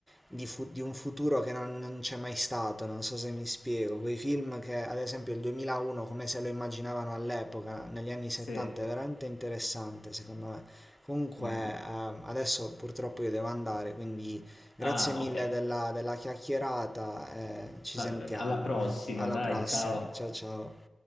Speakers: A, in the centre; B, on the left (about 70°).
A: di, fu- di un futuro che non, non c'è mai stato, non so se mi spiego. Quei film che, ad esempio, il 2001, come se lo immaginavano all'epoca, negli anni 70,
B: Sì.
A: è veramente interessante, secondo me. Comunque,
B: Mm,
A: ehm,
B: mm.
A: adesso purtroppo io devo andare, quindi grazie
B: Ah,
A: mille
B: ok,
A: della, della chiacchierata e ci
B: va
A: sentiamo.
B: bene. Alla prossima,
A: <laughs> Alla
B: dai,
A: prossima,
B: ciao.
A: ciao ciao.